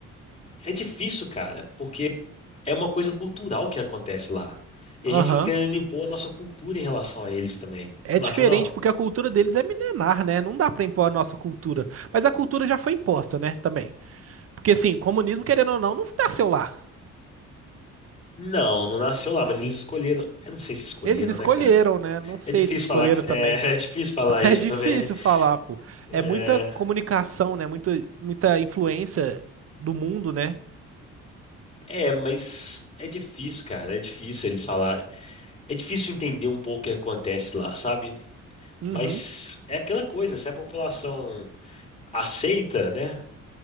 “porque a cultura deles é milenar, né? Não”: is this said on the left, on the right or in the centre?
Right